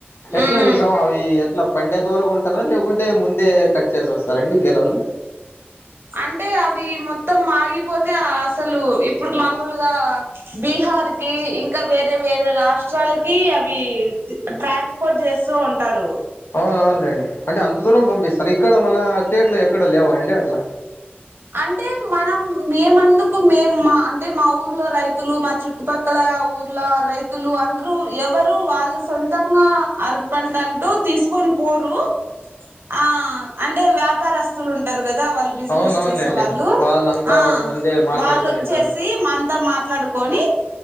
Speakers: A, on the left; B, on the right.
A: ఎట్లా
B: ఉమ్
A: <unintelligible> అవి ఇట్లా పండేంత వరకు ఉంటారా లేకుంటే ముందే కట్ చేసేస్తారండి గెలలు
B: అంటే అవి మొత్తం ఆగిపోతే అసలు ఇప్పుడు మామూలుగా బీ బీహార్ కి ఇంకా వేరే వేరే రాష్ట్రాలకి అవి ట్రాన్స్ పోర్ట్ చేస్తూ ఉంటారు
A: అవునులేండి అంటే అంత దూరం పంపిస్తారా ఇక్కడ మన స్టేట్ లో ఎక్కడ లేవా అండి అట్లా
B: అంటే మనం మేమెందుకు మేము మా అంటే మా ఊర్లో రైతులు మా చుట్టుపక్కల ఆ ఊర్ల రైతులు అందరూ ఎవరు వాళ్ళు సొంతంగా అరట్ పంట అంటూ తీసు కని పోరు ఆ అంటే వ్యాపారస్తులు ఉంటారు కదా వాళ్ళ బిజినెస్
A: అవునవునులేండి
B: చేసే వాళ్ళు
A: వాళ్ళంతా
B: ఆ
A: వాళ్ళు ముందే మాట్లాడుకొని
B: వాళ్ళు వచ్చేసి
A: ఉంటారు
B: అంత మా మాట్లాడుకొని